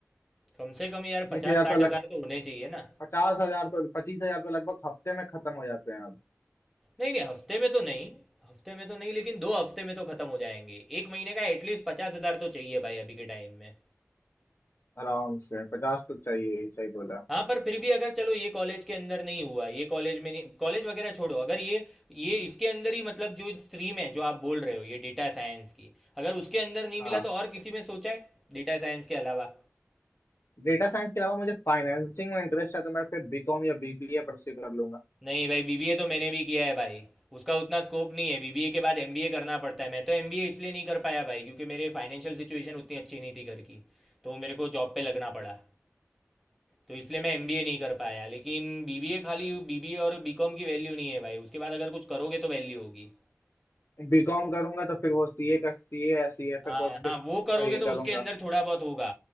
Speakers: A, in the centre; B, on the left (about 60°).
A: कम से कम यार
B: पच्चीस
A: पचास
B: हजार
A: साठ
B: तो लग
A: हजार तो होने चाहिए ना
B: पचास हजार तो पच्चीस हजार तो लगभग हफ्ते में खत्म हो जाते हैं अब
A: नहीं नहीं हफ्ते में तो नहीं हफ्ते में तो नहीं लेकिन दो हफ्ते में तो खत्म हो जाएंगे एक महीने का एटलीस्ट पचास हजार तो चाहिए भाई अभी के टाइम में
B: आराम से पचास तो चाहिए ही, सही बोला
A: हाँ पर फिर भी अगर चलो ये कॉलेज के अंदर नहीं हुआ ये कॉलेज में नहीं कॉलेज वगैरह छोड़ो अगर ये ये इसके अंदर ही मतलब जो स्ट्रीम है जो आप बोल रहे हो ये डेटा साइंस की अगर उसके अंदर नहीं
B: हाँ
A: मिला तो और किसी में सोचा है डेटा साइंस के अलावा
B: डेटा साइंस के अलावा मुझे फाइनेंसिंग में इंटरेस्ट है तो मैं फिर बीकॉम या बीबीए परस्यू कर लूंगा
A: नहीं भाई बीबीए तो मैंने भी किया है भाई उसका उतना स्कोप नहीं है बीबीए के बाद एमबीए करना पड़ता है मैं तो एमबीए इसलिए नहीं कर पाया भाई क्योंकि मेरे फाइनेंशियल सिचुएशन उतनी अच्छी नहीं थी घर की तो मेरे को जॉब पे लगना पड़ा तो इसलिए मैं एमबीए नहीं कर पाया लेकिन बीबीए खाली बीबीए और बीकॉम की वैल्यू नहीं है भाई उसके बाद अगर कुछ करोगे तो वैल्यू होगी
B: बीकॉम करूंगा तो फिर वो सीए का सीए या सीएफए
A: हाँ
B: कोर्स
A: हाँ
B: के का
A: वो करोगे
B: ये
A: तो
B: करूंगा
A: उसके अंदर थोड़ा बहुत होगा